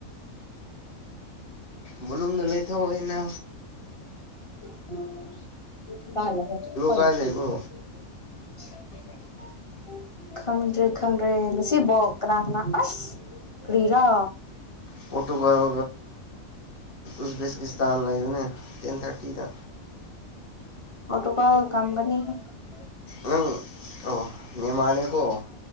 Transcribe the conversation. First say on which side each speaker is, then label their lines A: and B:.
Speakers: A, on the left; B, on the left.
A: ꯕꯂꯨꯝꯗ ꯂꯩꯊꯣꯛꯅ
B: ꯎꯝ <unintelligible>
A: ꯀꯥꯏ ꯂꯩꯕ꯭ꯔꯣ
B: ꯈꯪꯗ꯭ꯔꯦ ꯈꯪꯗ꯭ꯔꯦ ꯉꯁꯤꯕꯥꯎ ꯀꯅꯥ ꯀꯅꯥ ꯑꯁ ꯀ꯭ꯔꯤꯔꯣ
A: ꯄꯣꯔꯇꯨꯒꯜ <inaudible> ꯇꯥꯝ ꯂꯩꯕꯅꯦ ꯇꯦꯟ ꯊꯥꯔꯇꯤꯗ
B: <unintelligible>
A: ꯅꯪ ꯑꯣ ꯅꯃꯥꯟꯅꯦꯀꯣ